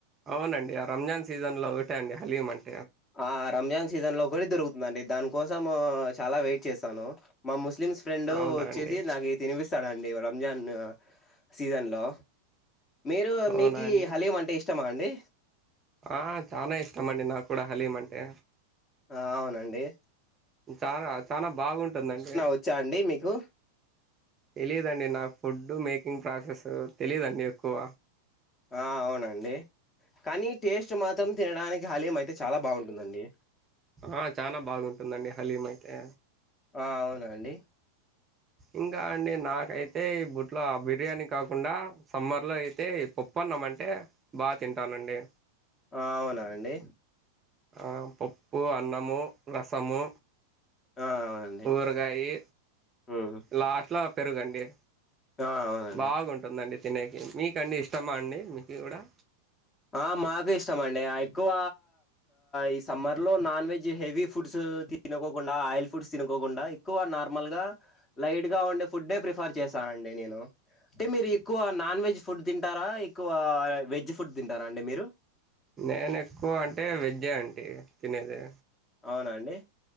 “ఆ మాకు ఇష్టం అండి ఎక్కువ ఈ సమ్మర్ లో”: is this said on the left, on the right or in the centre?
Left